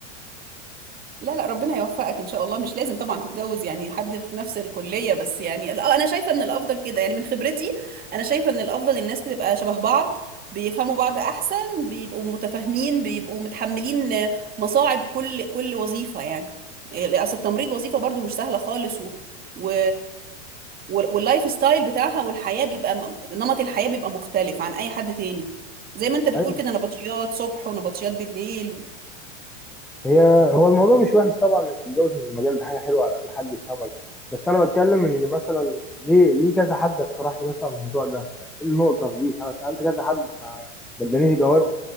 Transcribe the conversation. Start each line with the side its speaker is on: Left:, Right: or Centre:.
Right: لا لا ربنا يوفقك ان شاء الله مش لازم طبعا تتجوز يعني حد في نفس الكليه بس يعني لا انا شايفه ان الافضل كده يعني من خبرتي انا شايفه ان الافضل الناس بتبقى شبه بعض بيفهموا بعض احسن بيبقوا متفاهمين بيبقوا متحملين مصاعب كل كل وظيفه يعني إيه، اصل التمريض وظيفه برضو مش سهله خالص و, و... وال- واللايف ستايل بتاعها والحياه بيبقى م- نمط الحياه بيبقى مختلف عن اي حد تاني زي ما انت بتقول
Centre: أيوه.
Right: كده نبطشيات صبح ونبطشيات بالليل و...
Centre: هي هو الموضوع مش وحش طبعا انك تتجوز من المجال ده حاجه حلوه على الاقل حد يفهمك بس انا بتكلم ان مثلا ليه ليه كذا حد اقترح لي مثلا الموضوع ده فايه النقطه دي فانا سالت كذا حد ما ما ادانيش جواب